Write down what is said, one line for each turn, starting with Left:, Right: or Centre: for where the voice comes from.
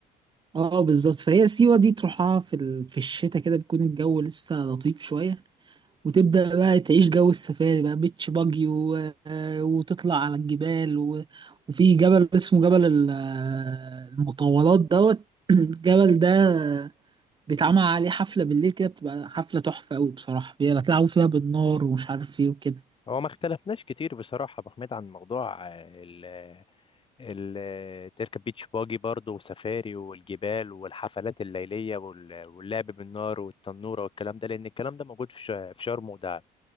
Right: اه بالظبط فهي سيوة دي تروحها في ال... في الشتاء كده بيكون الجو لسه لطيف شوية وتبدأ بقى تعيش جو السفاري بقى بيتش باجي و... آه، وتطلع على الجبال و... وفي جبل اسمه جبل ال- آه، المطولات دوت <clears throat> الجبل ده بيتعمل عليه حفلة بالليل كده بتبقى حفلة تحفة أوي بصراحة بيلعبوا فيها بالنار ومش عارف ايه وكده
Left: هو ما اختلفناش كتير بصراحة يا أبو حميد عن موضوع آه، ال ال تركب بيتش باجي برضه وسفاري والجبال والحفلات الليلية وال- واللعب بالنار والتنورة والكلام ده لأن الكلام ده موجود في ش- في شرم ودهب